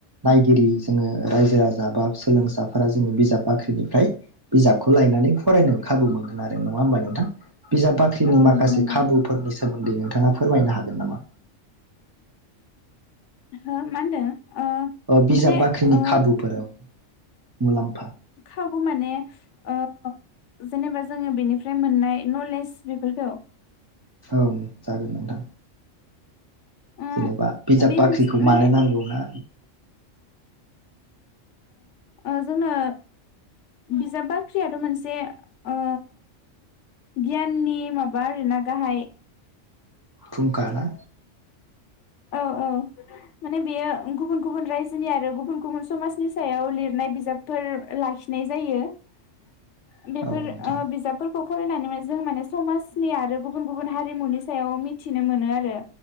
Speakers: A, on the right (about 30°); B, on the left (about 70°).
A: नायगिरि जोङो रायजो राजा बा सोलोंसाफोरा जोङो बिजाब बाख्रिनिफ्राय बिजाबखौ लायनानै नै फरायनो खाबु मोनगोन आरो नङा होमबा नोंथां बिजाब बाख्रिनि
B: औ
A: माखासे
B: नंगौ नोंथां
A: खाबुफोरनि सोमोन्दै नोंथाङा फोरमायनो हागोन नामा
B: हो मा होनदों ओ
A: ओ बिजाब
B: माने
A: बाख्रिनि
B: ओ
A: खाबुफोर ओं मुलाम
B: खाबु माने ओ जेनेबा जोङो बेनिफ्राय मोननाय नलेज बेफोरखौ
A: औ जागोन नोंथां
B: उम
A: जेनेबा बिजाब
B: बे
A: बाख्रिखौ
B: मोनसे माने
A: मानो नांगौना?
B: अ जोंनो बिजाब बाख्रियाथ' मोनसे ओ गियाननि माबा ओरा गाहाय
A: फुखाना
B: औ औ
A: <inaudible>
B: माने बेयो गुबुन गुबुन रायजोनि आरो गुबुन गुबुन समाजनि सायाव लिरनाय बिजाबफोर लाखिनाय जायो
A: <inaudible>
B: बेफोर
A: नोंथां
B: बिजाबफोर खौ फरायनानै माने जों माने समाजनि आरो गुबुन गुबुन हारिमुनि सायाव मिथिनो मोनो आरो।